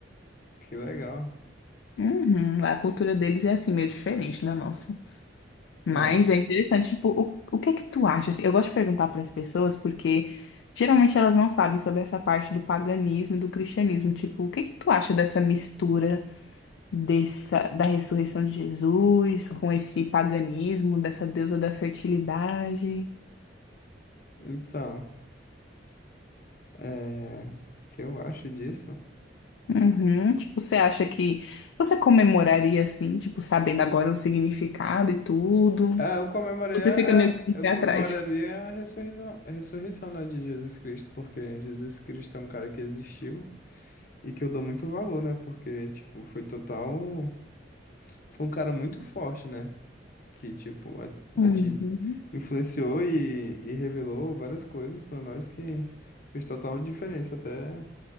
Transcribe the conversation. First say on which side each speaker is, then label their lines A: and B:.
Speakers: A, on the left (about 50°); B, on the left (about 80°).
A: Que legal.
B: Uhum. Lá a cultura deles é assim, meio diferente da nossa.
A: É,
B: Mas é interessante, tipo, o, o que é que tu acha? assim? Eu gosto de perguntar para as pessoas porque geralmente elas não sabem sobre essa parte do paganismo e do cristianismo. Tipo, o que é que tu acha dessa mistura dessa, da ressurreição de Jesus com esse paganismo, dessa deusa da fertilidade?
A: então, é, o que eu acho disso?
B: Uhum. Tipo, você acha que você comemoraria assim, tipo, sabendo agora o significado e tudo?
A: Ah, eu comemoraria
B: Você fica meio que com
A: a,
B: o
A: eu
B: pé
A: comemoraria
B: atrás.
A: a ressurreição, a ressurreição, né, de Jesus Cristo, porque Jesus Cristo é um cara que existiu e que eu dou muito valor, né, porque, tipo, foi total. Foi um cara muito forte, né? Que, tipo, a,
B: Uhum.
A: a ti- influenciou e, e revelou várias coisas pra nós que fez total diferença até